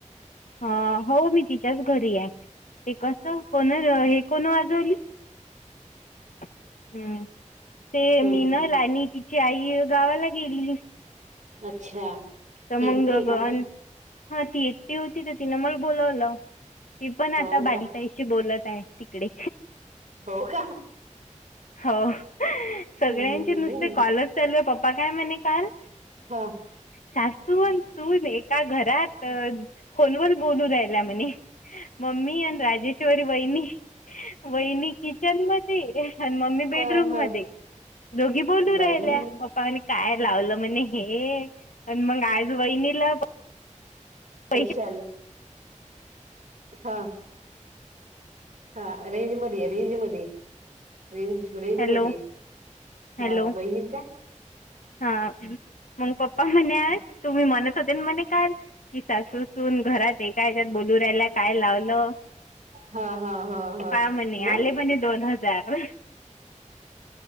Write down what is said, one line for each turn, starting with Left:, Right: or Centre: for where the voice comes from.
Left: हा हो मी तिच्याच घरी आहे ते कस कोण हे कोण वाजवली
Right: ह
Left: हम्म ते
Right: हम्म
Left: मीनला
Right: हम्म
Left: आणि तिची आई गावाला गेलेली
Right: अच्छा
Left: तमंग
Right: ती एकटी आहे का
Left: गन
Right: मग
Left: हा ती एकटी होती का तिनं मला बोलावलं ती पण
Right: हो
Left: आता
Right: का
Left: बालिकाईशी बोलत तिकडे
Right: हो का
Left: हो सगळ्यांचे
Right: हम्म
Left: नुसते कॉलच चालू आहे पप्पा काय म्हणे काल
Right: हा
Left: सासून सून एका घरात फोनवर बोलू राहिल्या म्हणे मम्मी आणि राजेश्वरी बहिनी वहिनी किचन मध्ये आणि मम्मी बेडरूम
Right: हा हा
Left: मध्ये दोघी बोल दू
Right: बाई
Left: राहिल्या पप्पाने काय लावलं मण ये पण मग आज वहिनीला
Right: पैसे
Left: पै
Right: आले हा हा रेंज मधे एक,, रेंजमध्ये एक, रेंज, रेंज
Left: हॅलो
Right: मधे. हा
Left: हॅलो
Right: बैनील काय?
Left: हा,, मंग पप्पा म्हणे, तुम्ही मनतऽ होते मणे काय? की सासूसून घरात आहे कायच्यात बोलू रा्यायला काय लावलं?
Right: हा हा हा हा
Left: का म्हणे,,
Right: मग
Left: आले माझे दोन हजार.